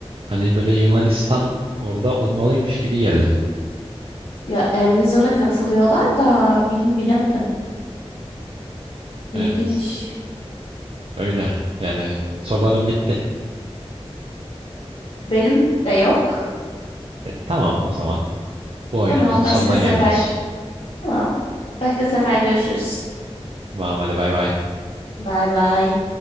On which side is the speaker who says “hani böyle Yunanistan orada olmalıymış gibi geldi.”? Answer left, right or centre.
Right